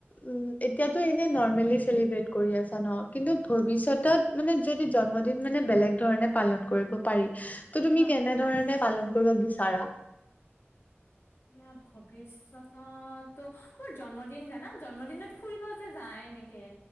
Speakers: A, on the left; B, on the left.
A: উম, এতিয়াতো এনে নৰ্মেলি চেলিব্ৰেট কৰি আছা ন! কিন্তু ভৱিষ্যতত মানে যদি জন্মদিন মানে বেলেগ ধৰণে পালন কৰিব পাৰি। ত তুমি
B: অ
A: কেনেধৰণে পালন কৰিব বিচাৰা?
B: এয়া ভৱিষ্যতত, মোৰ জন্মদিন জানা? জন্মদিনত ফুৰিব যে যায় এনে কে